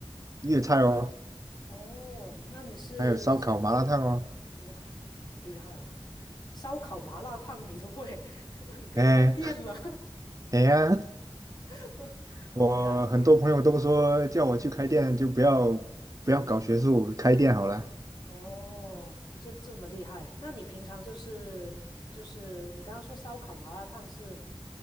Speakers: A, on the right; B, on the left.
A: 粤菜哦，
B: 哦，那你是是
A: 还有烧烤、麻辣烫哦，
B: 哇，好厉害哦！烧烤、麻辣烫你都会，<laughs> 你可以开店了，
A: 哎，哎呀，
B: <laughs> 好厉害，
A: 我很多朋友都说叫我去开店，
B: 好厉害！嗯。
A: 就不要不要搞学术，开店好了。
B: 哦，这这么厉害？那你平常就是就是你刚刚说烧烤麻辣烫是